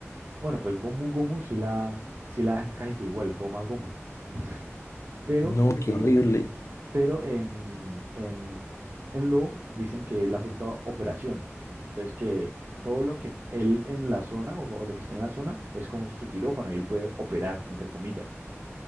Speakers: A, on the right (about 50°); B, on the left (about 75°).
A: bueno, pues gomu gomu si la, si la dejan casi que igual, goma goma. <laughs> Pero,
B: No, qué
A: eh,
B: horrible.
A: pero en, en, en Lo dicen que es la fruta operación. Entonces que todo lo que él en la zona o, o lo que está en la zona es como su quirófano y él puede operar, entre comillas.